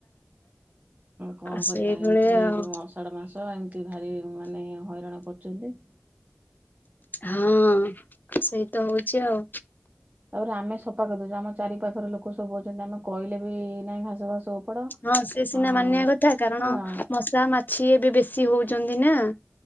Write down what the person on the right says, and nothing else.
କଣ
କରିବା
ଏମିତି
ଯୋଉ ଅଷାଢ ମାସ <unintelligible> ଭାରି ମାନେ ହଇରାଣ କରୁଛନ୍ତି।
ତାପରେ ଆମେ ସଫା କରିଦଉଛୁ ଆମ ଚାରି ପାଖରେ ଲୋକ ସବୁ ଅଛନ୍ତି ଆମେ କହିଲେ ବି ନାଇଁ ଘାସ ଫାସ ଓପାଡ
ଅ
ହଁ